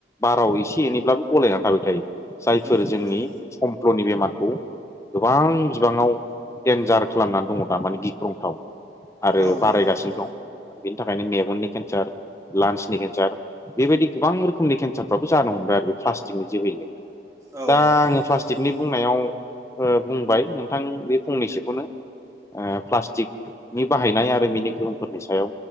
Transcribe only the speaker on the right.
नंगौ
नोंथां
औ
नंगौ नोंथां
औ
नंगौ
नोंथां थारैनो